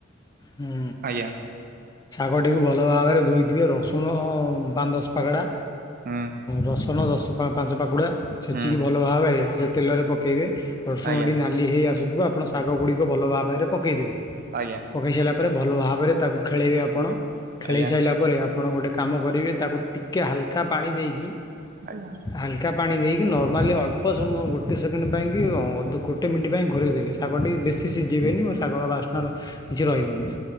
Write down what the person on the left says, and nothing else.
ହୁ
ଶାଗଟିକୁ ଭଲ ଭାବରେ ଧୋଇଥିବେ। ରସୁଣ ପାଞ୍ଚ, ଦଶ ପାଗଡ଼ା
ରସୁଣ ଦଶ, ପାଞ୍ଚ ପାଖୁଡା ଛେଚିକି
ଭଲ ଭାବରେ ସେ ତେଲରେ ପକାଇବେ। ରସୁଣଟି
ନାଲି ହୋଇ ଆସୁଥିବ ଆପଣ ଶାଗ ଗୁଡ଼ିକ ଭଲ ଭାବରେ ପକାଇଦେବେ।
ପକାଇ ସାରିଲା ପରେ ଭଲ ଭାବରେ ତାକୁ ଖେଳେଇବେ ଆପଣ ଖେଳାଇ
ସାରିଲା ପରେ ଆପଣ ଗୋଟେ କାମ କରିବେ ତାକୁ ଟିକେଏ ହାଲକା ପାଣି ଦେଇକି
ଏକା ପାଣି ଦେଇକି ନର୍ମାଲି ଅଳ୍ପ ସମୟ ଗୋଟେ ସେକେଣ୍ଡ ପାଇଁକି ଅଧ ଗୋଟେ ମିନିଟ୍ ପାଇଁ ଘୋରେଇ ଦେବେ। ଶାଗଟି ବେଶୀ ସିଝିବେନି ମ ଶାଗ ବାସ୍ନାର କିଛି ରହିବନି।